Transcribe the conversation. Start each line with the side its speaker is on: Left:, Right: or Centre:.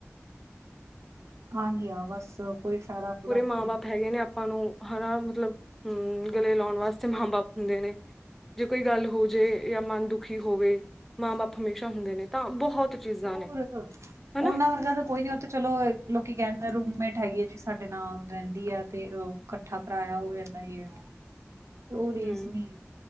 Right: ਆ ਗਿਆ ਬੱਸ। ਕੋਈ ਫਾਇਦਾ ਫੂਦਾ
Centre: ਉਰੇ ਮਾਂ
Right: ਹੈ ਨਹੀਂ
Centre: ਬਾਪ ਹੈਗੇ ਨੇ ਅਪ ਆਪਾਂ ਨੂੰ ਹਨਾ ਮਤਲਬ ਹੂੰ ਗਲੇ ਲਾਉਣ ਵਾਸਤੇ ਮਾਂ ਬਾਪ ਹੁੰਦੇ ਨੇ। ਜੇ ਕੋਈ ਗੱਲ ਹੋਜੇ ਜਾਂ ਮਨ ਦੁਖੀ ਹੋਵੇ ਮਾਂ ਬਾਪ ਹਮੇਸ਼ਾ ਹੁੰਦੇ ਨੇ ਤਾਂ ਬਹੁਤ ਚੀਜ਼ਾਂ
Right: ਹੋਰ
Centre: ਨੇ ਹਨਾ
Right: ਉਹਨਾਂ ਵਰਗਾ ਤਾਂ ਕੋਈ ਨੀ ਉ ਤੇ ਚਲੋ ਲੋਕੀ ਕਹਿ ਦੇ ਰੂਮੇਟ ਹੈਗੀ ਆ ਜੀ ਸਾਡੇ ਨਾਲ ਰਹਿੰਦੀ ਆ ਤੇ ਅਹ ਕੱਠਾ ਕਰਇਆ ਹੋ ਜਾਂਦਾ ਯੇ ਉਹ। ਉਹ ਰੀਸ
Centre: ਹਮ
Right: ਨੀ,